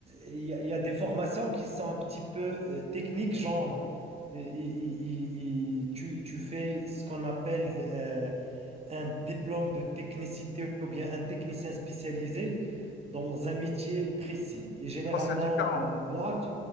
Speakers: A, on the right; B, on the left.
A: il y, a il y a des formations qui sont un petit peu euh, techniques, genre,
B: mhm.
A: euh, il- il- il- il- tu, tu fais ce qu'on appelle euh, un diplôme de technicité ou bien un technicien spécialisé dans un métier précis. Et généralement,
B: Ça, c'est différent.
A: euh, là, tu-